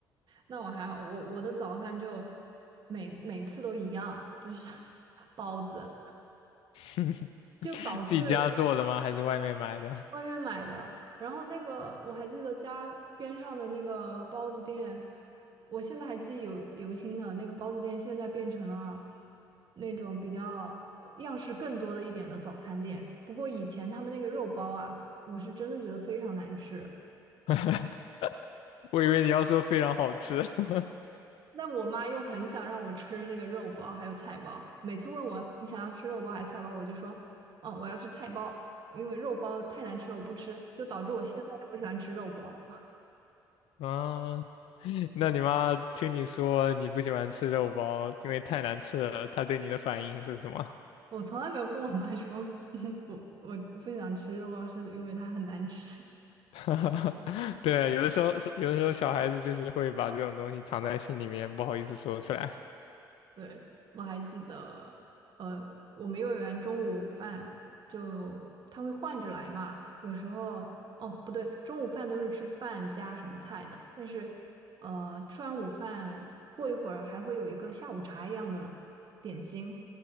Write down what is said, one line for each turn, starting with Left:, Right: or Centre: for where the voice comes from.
Right: 那我还好，我我的早饭就每每次都一样，就是 <laughs> 包子，
Left: <laughs>
Right: 就导致
Left: 自己家做的吗？还是外面买的？
Right: 外面买的。然后那个我还记得家边上的那个包子店，我现在还记忆犹犹新呢。那个包子店现在变成了那种比较样式更多的一点的早餐店。不过以前他们那个肉包啊，我是真的觉得非常难吃。
Left: <laughs> 我以为你要说非常好吃。<laughs>
Right: 但我妈又很想让我吃那个肉包还有菜包，每次问我你想要吃肉包还是菜包，我就说，嗯，我要吃菜包，因为肉包太难吃了，我不吃，就导致我现在也不喜欢吃肉包。
Left: 啊，那你妈听你说你不喜欢吃肉包，因为太难吃了，她对你的反应是什么？
Right: <laughs> 我从来没有跟我妈说，<laughs> 我我不想吃肉包，是因为它很难吃。
Left: <laughs> 对啊，有的时候，有的时候小孩子就是会把这种东西藏在心里面，不好意思说出来。
Right: 对，我还记得，呃，我们幼儿园中午饭就他会换着来嘛，有时候哦不对，中午饭都是吃饭加什么菜的，但是呃吃完午饭过一会儿还会有一个下午茶一样的点心，